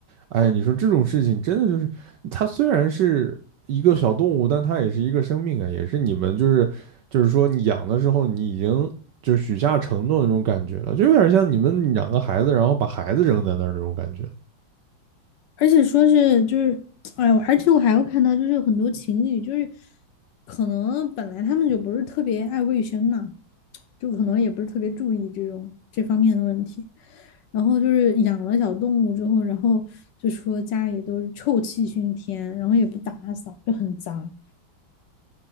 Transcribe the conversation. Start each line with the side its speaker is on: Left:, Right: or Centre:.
Right: 哎，你说这种事情真的就是，它虽然是一个小动物，但它也是一个生命啊，也是你们就是就是说你养的时候，你已经就是许下承诺的那种感觉了，就有点像你们养个孩子，然后把孩子扔在那儿那种感觉。
Left: 而且说是就是，哎，我而且我还有看到，就是很多情侣，就是可能本来他们就不是特别爱卫生嘛，就可能也不是特别注意这种这方面的问题，然后就是养了小动物之后，然后就说家里都是臭气熏天，然后也不打扫，就很脏。